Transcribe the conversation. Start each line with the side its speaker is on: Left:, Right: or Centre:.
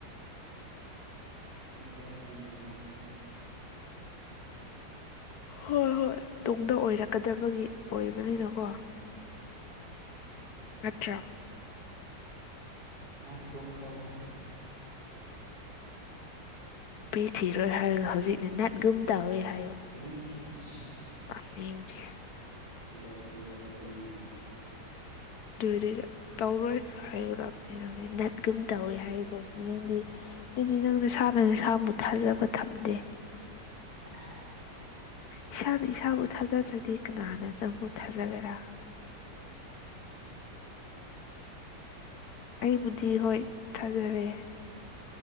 Right: ꯃꯤꯄꯥꯁꯤꯡꯒꯤ ꯅꯃꯤꯠꯇꫭ <inaudible> <unintelligible>
Left: ꯍꯣꯏ-ꯍꯣꯏ ꯇꯨꯡꯗ ꯑꯣꯏꯔꯛꯀꯗꯕꯒꯤ ꯑꯣꯏꯕꯅꯤꯅꯀꯣ꯫
Right: ꯁꯦꯁ
Left: ꯅꯠꯇ꯭ꯔ꯫
Right: ꯅꯥꯠꯒꯨꯝ ꯇꯧꯋꯦ
Left: ꯅꯨꯄꯤ ꯊꯤꯔꯣꯏ ꯍꯥꯏꯔꯒ ꯍꯧꯖꯤꯛꯅ ꯅꯠꯒꯨꯝ ꯇꯧꯋꯦ ꯍꯥꯏ꯫
Right: ꯊꯤꯔꫭꯏ
Left: ꯇꯥꯅꯤꯡꯗꯦ
Right: ꯊꯤ ꯊꯤꯔꯣꯏ ꯀꯔꯤꯒꯤꯅꫭ꯫
Left: ꯑꯗꯨꯏꯗꯤ ꯇꯧꯔꯣꯏ ꯍꯥꯏꯒꯗꯕꯅꯤ ꯅꯪꯗꯤ ꯅꯠ ꯒꯨꯨꯝ ꯇꯧꯋꯦ ꯍꯥꯏꯗ ꯅꯤꯡꯗꯤ ꯑꯗꯨꯗꯤ ꯅꯪꯅ ꯅꯁꯥꯥꯅ ꯅꯁꯥꯕꯨ ꯊꯥꯖꯕ ꯊꯝꯗꯦ꯫
Right: <unintelligible>
Left: ꯏꯁꯥꯅ ꯏꯁꯥꯕꯨ ꯊꯥꯖꯗ꯭ꯔꯗꯤ ꯀꯅꯥꯅ ꯅꯪꯕꯨ ꯊꯥꯖꯒꯦꯔꯥ꯫
Right: ꯅꯪꯅ꯫
Left: ꯑꯩꯕꯨꯗꯤ ꯍꯣꯏ ꯊꯥꯖꯔꯦ